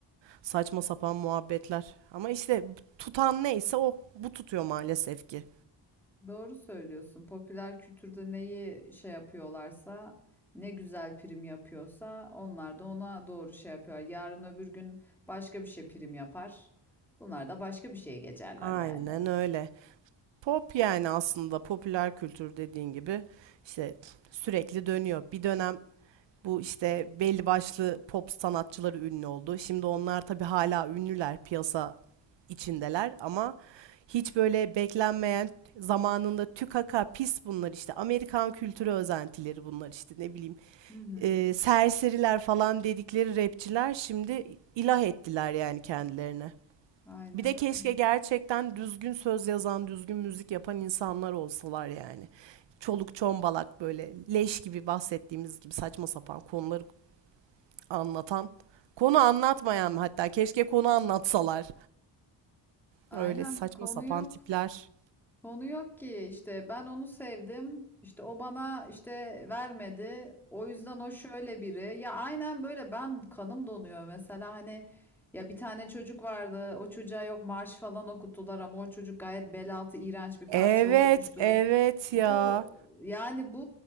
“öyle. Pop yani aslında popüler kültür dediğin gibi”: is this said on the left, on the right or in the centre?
Right